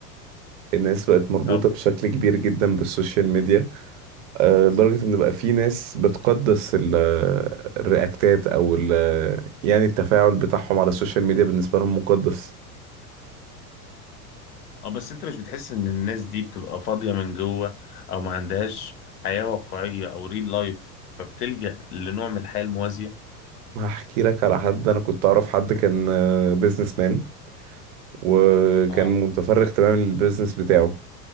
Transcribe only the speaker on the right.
الناس بقت مربوطة
بشكل كبير جدا بالسوشيال ميديا آه، لدرجة ان بقى في ناس بتقدس ال- الرياكتات او ال- يعني التفاعل بتاعهم على السوشيال ميديا بالنسبة لهم مقدس
هحكي لك على حد انا كنت اعرف حد كان بيزنس مان وكان
متفرغ تماما للبيزنس بتاعه